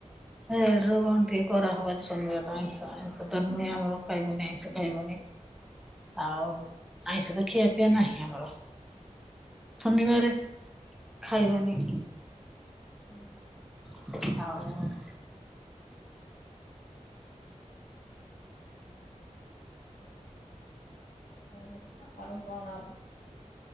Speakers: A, in the centre; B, on the left (about 80°).
A: ସେଡୁ କଣ ଟିକେ କରାହବ ଆଜି ଶନିବାର ଆଇଁଷ ଆଇଁଷ ତ ନୁହେଁ ଆମର। ଖାଇବନି ଆଇସ ଖାଇବନି ଆଉ ଆଇସ ତ ଖିଆ ପିଆ ନାହିଁ ଆମର ଶନିବାର। ଖାଇବାନିି।
B: ହୁଁ ହୁଁ।
A: ଆଉ
B: ହଁ ଆର କଣ?